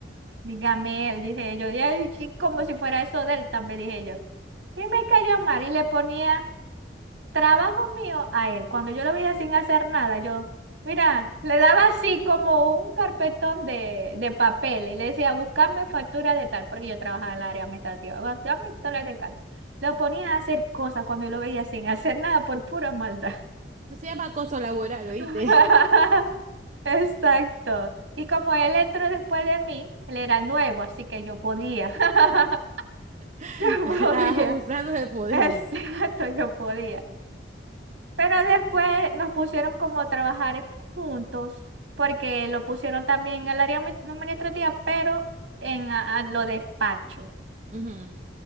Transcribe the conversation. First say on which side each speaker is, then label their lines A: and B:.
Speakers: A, on the right (about 75°); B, on the right (about 40°).
A: dígame él, dije yo. Y él, sí, como si fuera eso de él, también dije yo. Y me cayó mal y le ponía trabajo mío a él. Cuando yo lo veía sin hacer nada, yo, mira, le daba así como un carpetón de, de papel y le decía, buscame factura de tal, porque yo trabajaba en el área administrativa, buscame dólares de tal. Lo ponía a hacer cosas cuando yo lo veía sin hacer nada por pura maldad.
B: Eso se llama acoso laboral, ¿oíste?
A: <laughs> Exacto. Y como él entró después de mí, él era el nuevo, así que yo podía. <laughs>
B: <laughs>
A: Yo podía.
B: Estás abusando de poder.
A: Exacto, yo podía. Pero después nos pusieron como a trabajar juntos, porque lo pusieron también en el área admi- administrativa, pero en a- a lo despacho.
B: Ujú.